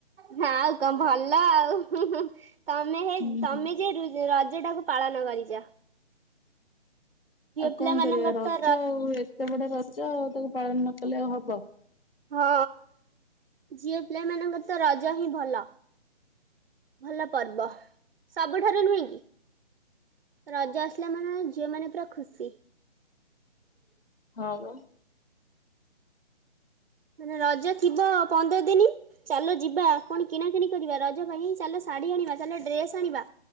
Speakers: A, on the right; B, on the left.
A: ନା ଆଉ କଁ ଭଲ ଆଉ ତମେ ହେ
B: ହୁଁ
A: ତମେ
B: ହୁଁ।
A: ଯେ ରଜ ଟାକୁ ପାଳନ କରିଚ।
B: ଆଉ
A: ପିଲା
B: କଁ
A: ମାନଙ୍କର
B: କରିବା ରଜ
A: ତ
B: ଆଉ ଏତେ ବଡ ରଜ ଆଉ ତାକୁ ପାଳନ ନ କଲେ ଆଉ ହବ?
A: ହଁ ଝିଅ ପିଲାମାନାନଙ୍କର ତ ରଜ ହିଁ ଭଲ। ଭଲ ପର୍ବ ସବୁଠାରୁ ନୁହେଁ କି? ରଜ ଆସିଲା ମାନେ ଝିଅମାନୋନ ପୁରା ଖୁସି।
B: ହଁ ପା।
A: ମାନେ ରଜ ଥିବ ପନ୍ଦର୍ ଦିନି ଚାଲ ଯିବା କଣ କିଣାକିଣି କରିବା ରଜ ପାଇଁ ହିଁ ଚାଲ ଶାଢୀ ଆଣିବା ଚାଲ ଡ୍ରେସ୍ ଆଣିବା।